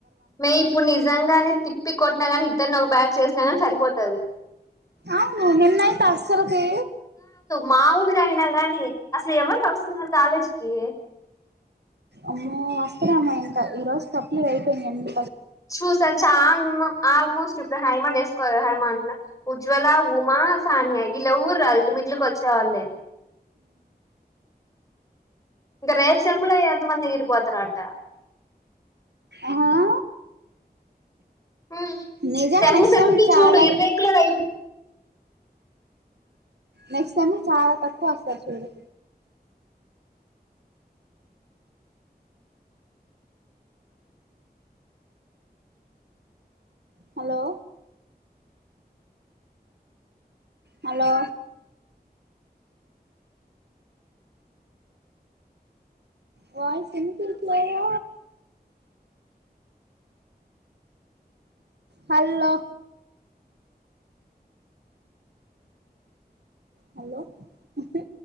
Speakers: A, on the left; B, on the right.
A: మే ఇప్పుడు నిజంగానే తిప్పి కొట్టినా గాని ఇద్దరిని ఒక బ్యాచ్ చేసినా గని సరిపోతది
B: అవును నిన్న అయితే అసలుకి
A: మా ఊరైన గానీ అసలు ఎవరు వస్తున్నారు కాలేజ్ కి
B: అమ్మో వస్తారేమో ఇంకా ఈ రోజు సప్లై అయిపోయింది
A: చూసా చాల్ ఆల్మోస్ట్ ఇప్పుడు హైమండేసుకోవ హైమండ్ల ఉజ్వల ఉమా సానియా ఈళ్ళెవ్వరు రారు ఇ మిట్లు కొద్ చ్చేవాళ్ళే ఇంక రేపుసెమ్ములే ఎంత మంది ఎగిరిపోతరట
B: ఆహా
A: ఊ
B: నిజంగా
A: సెమ్ము
B: నెక్స్ట్
A: సెమ్ముకి
B: టైం చాలా
A: చూడు ఇర్రెగ్యులర్ అయిపొ
B: నెక్స్ట్ సెమ్ చాల తక్కువ వస్తారు చూడు హలో హలో వాయిస్ ఇనిపియిట్లేదో హల్లో హలో ఉహు